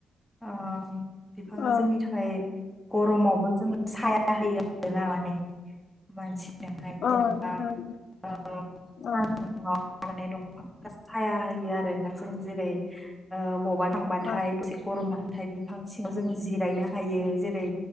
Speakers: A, in the centre; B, on the left (about 60°).
A: आ बिफाङा
B: अ
A: जोंनि थाखाय गरमावबो जोंनो साया होयो आरोना माने मानसि बेहाय
B: अ
A: जेनेबा
B: नोंथां
A: ओ सान्दुंआव
B: अ
A: माने दंफांआ साया होयो आरोना जों जेरै ओ बबावबा थांबाथाय
B: अ
A: दसे गरम मोनब हाथाय बिफां सिङाव जों जिरायनो हायो जेरै